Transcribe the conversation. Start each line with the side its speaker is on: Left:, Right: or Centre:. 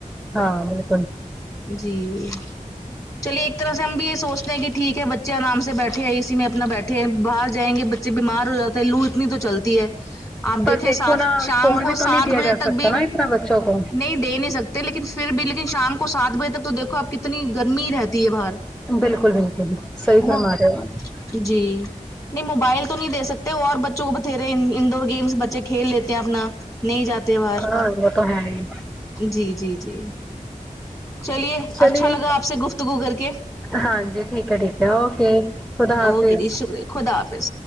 Centre: ہاں بالکل
Left: جی چلیے ایک طرح سے ہم بھی یے سوچ ٹھیک ہے بچے آرام سے بیٹھے ہیں اسی میں اپنا بیٹھے ہیں باہر جیں گے بچے بیمار ہو جاتے ہیں لو اتنی تو چلتی ہے آپ دیکھیں
Centre: پر دیکھو
Left: سات
Centre: نا
Left: شام
Centre: فون
Left: کو
Centre: بھی تو
Left: سات
Centre: نہیں دیا
Left: بجے
Centre: جا
Left: تک
Centre: سکتا
Left: بھی
Centre: نا اتنا بچوں کو
Left: نہیں دے نہیں سکتے لیکن پھر بھی لیکن شام کو سات بجے تک تو دیکھو آپ کتنی گرمی رہتی ہے باہر
Centre: بالکل بالکل صحیح
Left: ہے
Centre: فرما
Left: نا
Centre: رہے ہیں ہو آپ
Left: جی نہیں موبائل تو نہیں دے سکتے اور بچوں کو بتھیرے انڈور گیمس بچے کھیل لیتے ہیں اپنا نہیں جاتے باہر
Centre: ہاں وہ تو ہے ہی
Left: جی جی جی چلیے
Centre: چلیے
Left: اچھا لگا آپ سے گفتگو کر کے
Centre: ہاں جی ٹھیک ہے ٹھیک ہے اوکے خدا حافظ
Left: اوکے جی شکریہ خدا حافظ